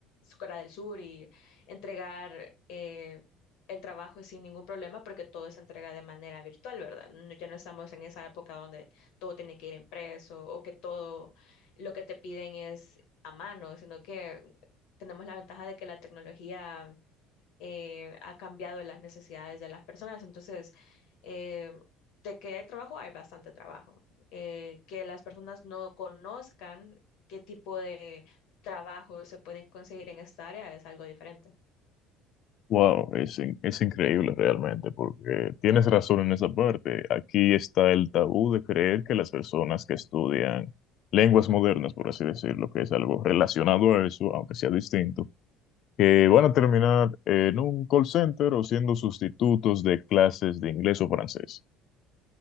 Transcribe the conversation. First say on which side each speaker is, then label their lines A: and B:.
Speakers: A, on the left; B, on the left.
A: Corea del Sur y entregar eh, el trabajo sin ningún problema porque todo se entrega de manera virtual, ¿verdad? No- ya no estamos en esa época donde todo tiene que ir impreso o que todo lo que te piden es a mano, sino que tenemos la ventaja de que la tecnología eh, ha cambiado las necesidades de las personas. Entonces, eh, de que hay trabajo, hay bastante trabajo. Eh, que las personas no conozcan qué tipo de trabajo se pueden conseguir en esta área es algo diferente.
B: Wow, es, in- es increíble realmente, porque tienes razón en esa parte. Aquí está el tabú de creer que las personas que estudian lenguas modernas, por así decirlo, que es algo relacionado a eso, aunque sea distinto, que van a terminar en un call center o siendo sustitutos de clases de inglés o francés.